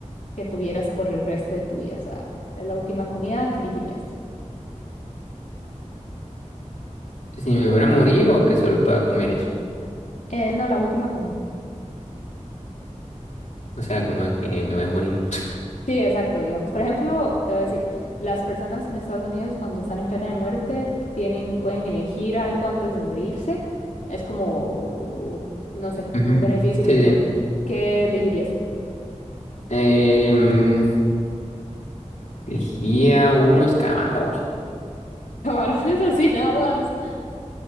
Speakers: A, on the left; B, on the left.
A: que tuvieras por el resto de tu vida? O sea, la última comida que elegirías.
B: si me fuera a morir o que solo pueda comer eso.
A: Eh, no, la última comida.
B: O sea, como de que me voy a morir.
A: Sí, exacto, digamos. Por ejemplo, te voy a decir, las personas en Estados Unidos cuando están en pena de muerte tienen, pueden elegir algo antes de morirse. Es como, no sé,
B: Ujú.
A: como un beneficio que
B: Sí,
A: tienen.
B: sí.
A: ¿Qué elegirías?
B: Em, elegiría unos camarones.
A: <laughs> Camarones así nada más.